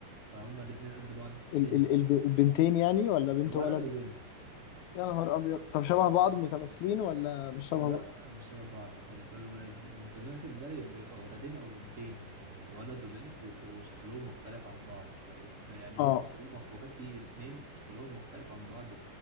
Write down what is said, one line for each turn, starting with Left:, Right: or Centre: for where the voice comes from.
Right: فهم الاتنين قد بعض في السن
Left: ال... ال... الب- البنتين يعني ولا بنت
Right: الولد
Left: ولد
Right: وبنت
Left: يا نهار ابيض طب شبه بعض
Right: مم.
Left: متماثلين ولا مش شبه
Right: لا
Left: بعض
Right: مش شبه بعض خالص هو المتماثل ده اللي بيبقوا ولدين او بنتين لكن ولد وبنت بيبقوا شكلهم مختلف عن بعض شويه ب- يعني
Left: اه
Right: هم بس هم اخواتي الاتنين شكلهم مختلف عن بعض